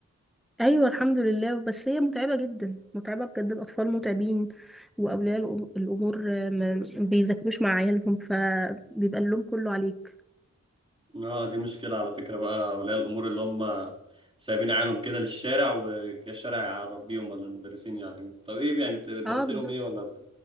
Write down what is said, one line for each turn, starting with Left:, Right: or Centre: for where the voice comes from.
Centre: ايوه الحمد لله بس هي متعبه جدا متعبه بجد الاطفال متعبين واولياء الأم- الامور آه، ما بيذاكروش مع عيالهم فبيبقى اللوم كله عليك
Right: اه دي مشكلة على فكرة بقى أولياء الأمور اللي هم سايبين عيالهم كده للشارع والشارع يربيهم ولا المدرسين يعلموهم طب ايه يعني بت- بتدرسي
Centre: اه بالظبط
Right: لهم ايه ولا